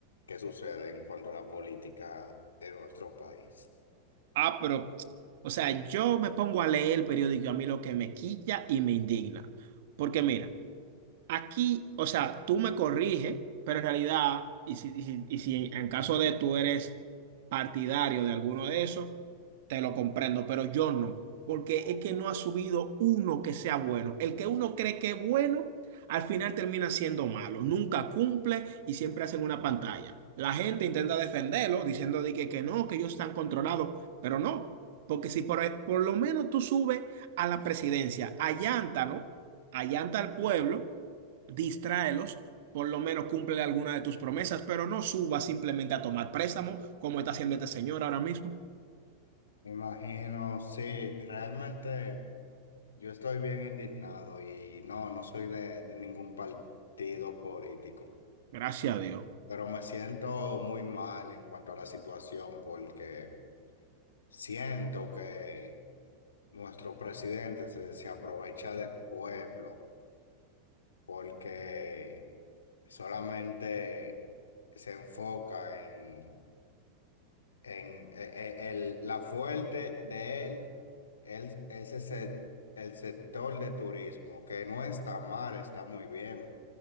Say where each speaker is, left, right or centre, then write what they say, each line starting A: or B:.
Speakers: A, on the left (about 70°); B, on the right (about 55°).
A: qué sucede en cuanto a la política de nuestro país.
B: Ah, pero, o sea, yo me pongo a leer el periódico y a mí lo que me quilla y me indigna. Porque mira, Aquí, o sea, tú me corriges, pero en realidad, y si, y si, y si en caso de tú eres partidario de alguno de esos, te lo comprendo, pero yo no, porque es que no ha subido uno que sea bueno. El que uno cree que es bueno, al final termina siendo malo, nunca cumple y siempre hacen una pantalla. La gente intenta defenderlo diciendo de que, que no, que ellos están controlados, pero no, porque si por, por lo menos tú subes a la presidencia, allanta, ¿no? Allanta al pueblo distráelos, por lo menos cumple alguna de tus promesas, pero no subas simplemente a tomar préstamo, como está haciendo este señor ahora mismo.
A: Me imagino, sí, realmente yo estoy bien indignado y no, no soy de de ningún partido político.
B: Gracias a Dios.
A: Pero me siento muy mal en cuanto a la situación porque siento que nuestro presidente se, se aprovecha del pueblo porque solamente se enfoca en, en e- e- el, la fuerte de él, él es ese- el sector de turismo, que no está mal, está muy bien,